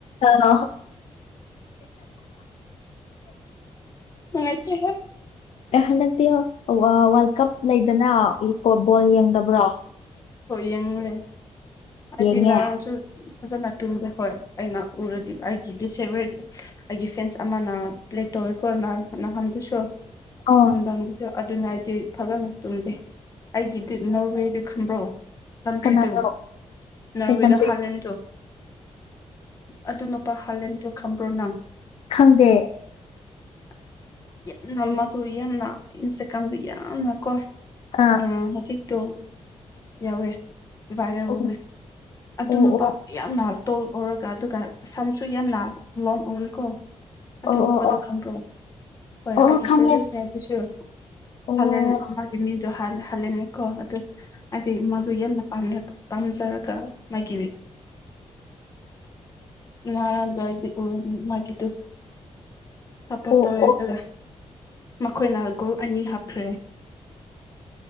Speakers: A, on the left; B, on the left.
A: ꯑ
B: ꯃꯠꯇꯍꯣ
A: ꯑꯦ ꯍꯟꯗꯛꯇꯤ ꯋꯥꯔꯜ ꯀꯞ ꯂꯩꯗꯅ ꯕꯣꯜ ꯌꯦꯡꯗꯕ꯭ꯔꯣ
B: ꯍꯣꯏ ꯌꯦꯡꯨꯔꯦ ꯍꯥꯏꯗꯤ
A: ꯌꯦꯡꯉꯦ
B: ꯅꯔꯣꯟꯁꯨ ꯐꯖꯅ ꯇꯨꯝꯗꯦ ꯍꯣꯏ ꯑꯩꯅ ꯎꯔꯗꯤ ꯑꯩꯒꯤ ꯗꯤꯁ ꯐꯦꯚꯠ ꯗ ꯑꯩꯒꯤ ꯐ꯭ꯔꯦꯟꯁ ꯑꯃꯅ ꯦ ꯀꯣꯅ ꯅꯍꯥꯟꯗꯨꯁꯨꯣꯅꯨꯡꯝꯁꯨ
A: ꯑꯣ
B: ꯑꯗꯨꯅ ꯍꯥꯏꯗꯤ ꯐꯖꯅ ꯇꯨꯝꯗꯦ ꯑꯩꯒꯤꯗꯤ ꯅꯣꯔꯕꯦꯗꯨ ꯈꯟꯕ꯭ꯔꯣ ꯀꯟꯇ꯭ꯔꯤꯗꯨꯣ
A: ꯀꯅꯥꯅꯣ
B: ꯅꯣꯔꯋꯦꯗ
A: ꯀꯩ ꯀꯟꯇ꯭ꯔꯤ
B: ꯍꯂꯦꯟꯗꯣ ꯑꯗꯨ ꯅꯨꯄꯥ ꯍꯥꯂꯦꯟꯗꯨꯣ ꯈꯕ꯭ꯔꯣ ꯅꯪ
A: ꯈꯪꯗꯦ
B: ꯑꯁ ꯌꯥꯝꯅ ꯃꯗꯨ ꯌꯥꯝꯅ ꯏꯟꯁꯀꯝꯗꯨ ꯌꯥꯝꯅ ꯀꯣ
A: ꯑꯥ
B: ꯑ ꯍꯧꯖꯤꯛꯇꯣ ꯌꯥꯎꯋꯦ ꯚꯏꯔꯧꯋꯦ
A: ꯑꯣ
B: ꯑꯗꯨ
A: ꯑꯣ
B: ꯅꯨꯄꯥ
A: ꯑꯣ
B: ꯌꯥꯝ ꯇꯣꯜ ꯂꯧꯔꯒ ꯑꯗꯨꯒ ꯁꯝꯁꯨ ꯌꯥꯝꯅ ꯂꯣꯡ ꯎꯏꯀꯣ ꯑꯗꯨ
A: ꯑꯣ
B: ꯅꯨꯄꯥꯗꯣ
A: ꯑꯣ
B: ꯈꯪ꯭ꯔꯣ ꯍꯣꯏ
A: ꯑꯣ ꯑꯣ
B: ꯑꯩꯒꯤ
A: ꯈꯪꯉꯦ
B: ꯐꯦꯚꯣꯔꯦꯠ ꯍꯥꯏꯕꯁꯨ
A: ꯑꯣ
B: ꯍꯜꯂꯦꯅ ꯃꯥꯒꯤ ꯃꯤꯗꯨ ꯍꯥ ꯍꯂꯦꯅꯦ ꯀꯣ ꯑꯗꯨ ꯃꯥꯗꯨ ꯌꯥꯝꯅꯝ ꯄꯥꯝꯖꯔꯒ ꯃꯒꯤꯕꯤꯌꯨ ꯅꯔ ꯏ ꯃꯥꯒꯤꯗꯨꯨ ꯁꯞꯄꯣꯔꯠ
A: ꯑꯣ
B: ꯇꯧꯋꯦ
A: ꯑꯣ
B: ꯑꯗꯨꯒ ꯃꯈꯣꯏꯅ ꯒꯨꯜ ꯑꯅꯤ ꯍꯥꯞꯈ꯭ꯔꯦ